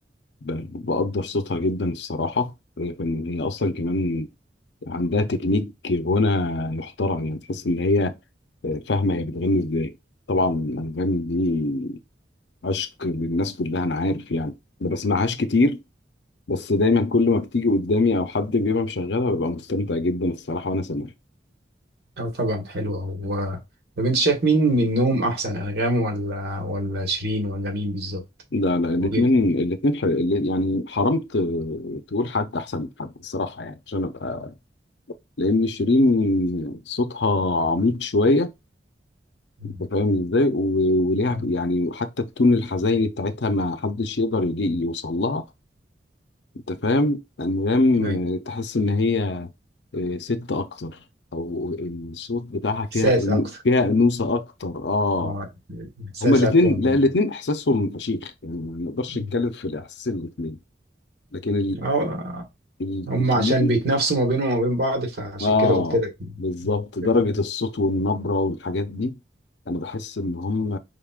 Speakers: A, on the left; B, on the right.
A: ب... بقدر صوتها جدا الصراحة هي فن- هي أصلا كمان عندها تكنيك غنى يحترم يعني تحس إن هي فاهمة هي بتغني إزاي طبعا الأنغام دي عشق للناس كلها أنا عارف يعني ما بسمعهاش كتير بس دايما كل ما بتيجي قدامي أو حد بيبقى مشغلها ببقى مستمتع جدا الصراحة وأنا سامعها
B: آه طبعا حلوة هو طب أنت شايف مين منهم أحسن أنغام ولا ولا شيرين ولا مين بالظبط؟
A: لا لا الاثنين
B: وجد
A: الاثنين ح... ال- يعني حرام ت... تقول حد احسن من حد الصراحه يعني عشان ابقى لان شيرين صوتها عميق شويه
B: مم.
A: انت فاهم ازاي و... وليها
B: آه.
A: يعني حتى التون الحزيني بتاعتها ما حدش يقدر يجي يوصل لها انت فاهم انغام
B: أيوة
A: تحس ان هي آه، ست اكتر او الصوت بتاعها فيها
B: إحساس أكتر
A: فيها انوثه اكتر اه
B: آه، إحساس
A: هما الاثنين
B: أقوى من
A: لا الاثنين احساسهم فشيخ يعني ما نقدرش
B: مم.
A: نتكلم في الاحساس الاثنين لكن
B: آه،
A: التكنيك
B: هم عشان بيتنافسوا ما بينهم وما بين بعض فعشان
A: اه
B: كده قلت لك مم.
A: بالظبط درجة الصوت والنبرة والحاجات دي انا بحس ان هم